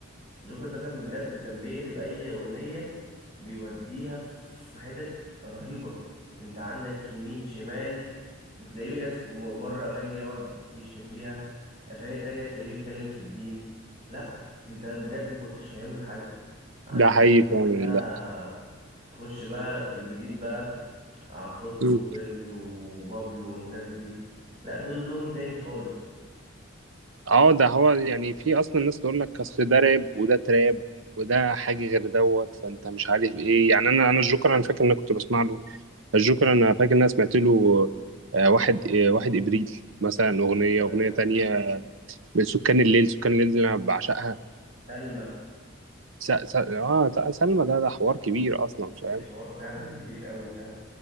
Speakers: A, on the right (about 30°); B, on the right (about 75°).
A: جوكر ده كان بجد كان بيقلب اي اغنية بيوديها في حتت رهيبة انت عندك يمين شمال بتلاقيه ناس مرة اغاني يقعد يشتم فيها اغاني تانية تلاقيه بيتكلم في الدين لا انت بجد مكنتش فاهم له حاجة عندك
B: ده حقيقي
A: بقى بعدها
B: فعلا
A: تخش بقى في الجديد بقى عفروتو
B: ده
A: ويجز وبابلو والناس دي لا دول لون تاني خالص
B: اه ده هو يعني في اصلا ناس تقول لك اصل ده راب وده تراب وده حاجه غير دوت فانت مش عارف ايه يعني انا انا الجوكر انا فاكر ان انا كنت بسمع له الجوكر انا فاكر ان انا سمعت له آه، واحد آه، واحد ابريل مثلا اغنيه
A: مثلا
B: اغنيه تانية من سكان الليل سكان الليل دي انا بعشقها
A: سلمى
B: س... س... اه ت- سلمى ده ده حوار كبير اصلا
A: دي
B: فاهم
A: حوار فعلا كبير قوي فعلا